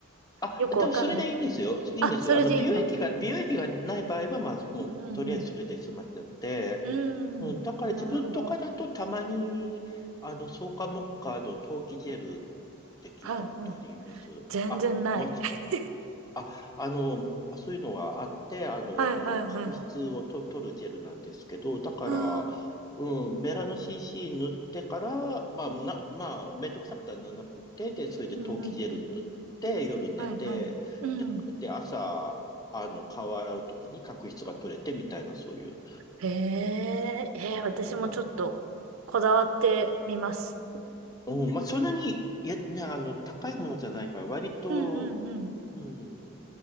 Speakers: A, on the left; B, on the right.
A: あ、
B: よくわかんない。
A: でもそれでいいんですよ。いいんですよ。
B: あ、それでいいんだ。
A: あの、美容液が、美容液がない場合は、まあ、もう、
B: うんうん
A: とりあえずそれで済ましちゃって。
B: うん。
A: うん、
B: うーん、
A: だから自分とかだとたまに、
B: なるほど。
A: あの、草加モッカード、陶器ジェルって聞いたことあります。
B: はいはい。全然ない。
A: あ、もう、
B: <laughs>
A: あ、あの、そういうのがあって、あの、
B: はいはいはい。
A: 角質をと、取るジェルなんですけど、だから、
B: あー
A: うん、メラノ CC 塗ってから、まあ、な、まあ、めんどくさくて塗らなくて、で、それで陶器ジェル塗って、
B: うんうんうん。
A: 夜寝て、
B: はいはい。うん。
A: で、で、朝、あの、顔洗うときに角質が取れてみたいな、そういう。
B: へえ、えー、私もちょっとこだわってみます。
A: もううんまあ、そんなに、いや、ね、あの、高いものじゃないから、割と、
B: うんうんうん
A: うん、